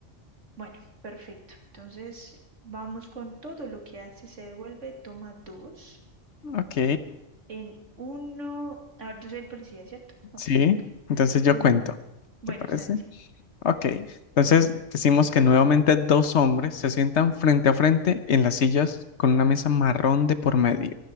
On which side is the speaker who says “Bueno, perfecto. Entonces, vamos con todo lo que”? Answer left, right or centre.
Right